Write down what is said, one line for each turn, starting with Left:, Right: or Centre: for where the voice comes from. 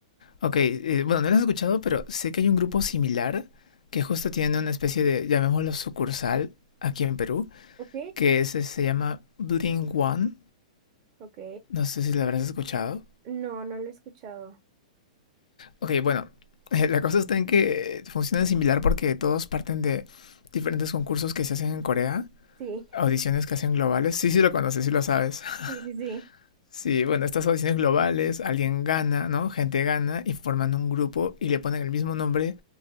Left: Ok, eh, bueno, no los he escuchado, pero sé que hay un grupo similar que justo tiene una especie de, llamémoslo sucursal, aquí en Perú,
Right: Ok,
Left: que es- se llama Blink One.
Right: ok.
Left: No sé si lo habrás escuchado.
Right: No, no lo he escuchado.
Left: Ok, bueno, <laughs> la cosa está en que funcionan similar porque todos parten de diferentes concursos que se hacen en Corea
Right: Sí,
Left: Audiciones que hacen globales. Sí, sí lo conoces, sí lo sabes. <laughs>
Right: sí, sí, sí.
Left: Sí, bueno, estas audiciones globales, alguien gana, ¿no? Gente gana y forman un grupo y le ponen el mismo nombre